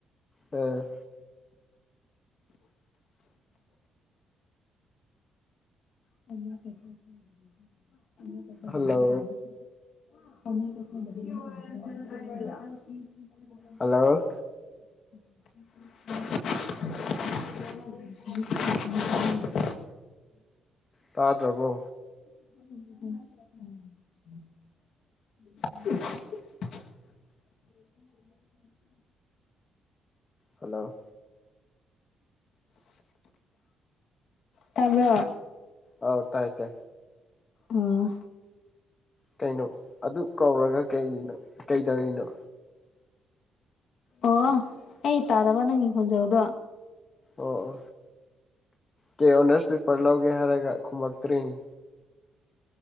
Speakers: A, on the left; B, on the left.
A: ꯑ꯫
B: <unintelligible>
A: ꯍꯜꯂꯣ
B: <unintelligible>
A: ꯍꯜꯂꯣ
B: <unintelligible>
A: ꯇꯥꯗ꯭ꯔꯕꯣ꯫
B: <inaudible> <inaudible>
A: ꯍꯜꯂꯣ꯫
B: ꯇꯥꯕ꯭ꯔꯣ꯫
A: ꯑꯧ ꯇꯥꯏ ꯇꯦ꯫
B: ꯑꫭ꯫
A: ꯀꯩꯅꯣ ꯑꯗꯨꯛ ꯀꯧꯔꯒ ꯀꯩꯒꯤꯅꯣ ꯀꯩꯗꯧꯔꯤꯅꯣ꯫
B: ꯑꯣ ꯑꯩ ꯇꯥꯗꯕ ꯅꯪꯒꯤ ꯈꯣꯟꯖꯦꯜꯗꯣ꯫
A: ꯑꯣ-ꯑꯣ ꯀꯩ ꯑꯣꯅꯔꯁ ꯄꯦꯄꯔ ꯂꯧꯒꯦ ꯍꯥꯏꯔꯒ ꯈꯨꯝꯃꯛꯇ꯭ꯔꯦꯅꯦ꯫